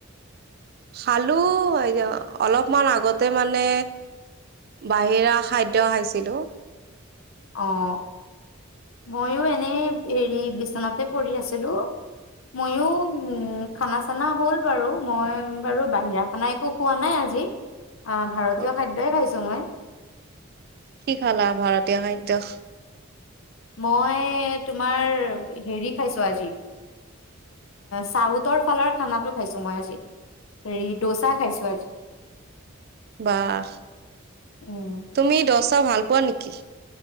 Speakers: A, on the right (about 50°); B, on the left (about 75°).
A: খালো অলপমান আগতে মানে বাহিৰা খাদ্য খাইছিলো।
B: অ' মইও এনেই হেৰি বিচনাতে পৰি আছিলো মইও উম, খানা চানা হ'ল বাৰু মই বাৰু বাহিৰা খানা একো খোৱা নাই আজি। অ ভাৰতীয়
A: অ
B: খাদ্যই খাইছো মই
A: কি খালা ভাৰতীয় খাদ্য
B: মই তোমাৰ হেৰি খাইছো আজি চাউথৰ ফালৰ খানাটো খাইছো মই আজি হেৰি দোচা খাইছো আজি
A: বাহ
B: উম
A: তুমি দচ ত ভাল পোৱা নেকি?